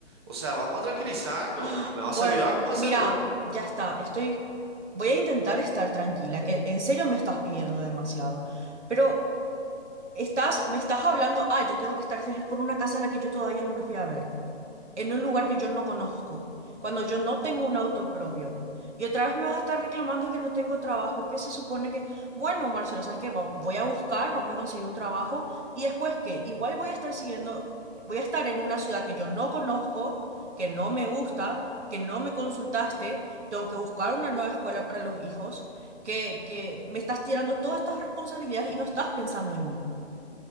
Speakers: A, on the right; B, on the right.
A: O sea, vamos a tranquilizarnos.
B: Ah,
A: ¿Me vas
B: bueno,
A: a ayudar o no me vas
B: mira,
A: a ayudar?
B: ya está. Estoy... Voy a intentar estar tranquila, que en serio me estás pidiendo demasiado. Pero... Estás, me estás hablando, ah, yo tengo que estar feliz por una casa a la que yo todavía no me fui a ver, en un lugar que yo no conozco, cuando yo no tengo un auto propio. Y otra vez me vas a estar reclamando que no tengo trabajo, que se supone que, bueno, Marcelo, ¿sabes qué? Va- Voy a buscar, vamos a conseguir un trabajo, y después qué, igual voy a estar siguiendo, voy a estar en una ciudad que yo no conozco, que no me gusta, que no me consultaste, tengo que buscar una nueva escuela para los hijos, que, que me estás tirando todas estas responsabilidades y no estás pensando en mí.